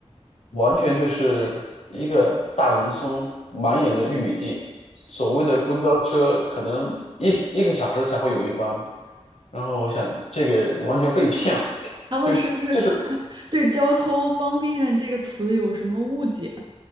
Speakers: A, on the left; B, on the right.
A: 完全就是一个大农村，满眼的玉米地。所谓的公交车可能一一个小时才会有一班，然后我想这个完全被骗了，
B: 他们是不是
A: 就是这是
B: <laughs> 对交通方便这个词有什么误解